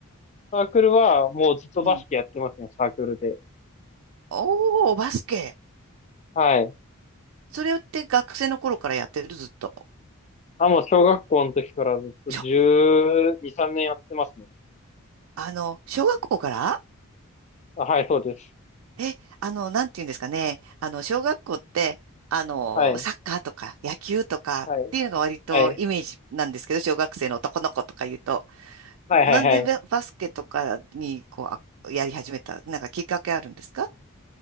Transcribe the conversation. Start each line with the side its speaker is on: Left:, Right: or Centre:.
Left: サークルはもうずっとバスケやってますね、
Right: うん。
Left: サークルで。
Right: おー、バスケ。
Left: はい。
Right: それって学生の頃からやってる、ずっと。
Left: あ、もう小学校の時からずっと12、
Right: しょ、
Left: 3年やってますね。
Right: あの、小学校から
Left: あ、はい、そうです。
Right: え、あの、なんていうんですかね。あの、小学校って、あの、
Left: はい。
Right: サッカーとか野球とかっていうのが割とイメージなんですけど、
Left: はい。はい。
Right: 小学生の男の子とか言うと、
Left: はいはいはい。
Right: なんでババスケとかに、こう、あやり始めた、なんかきっかけあるんですか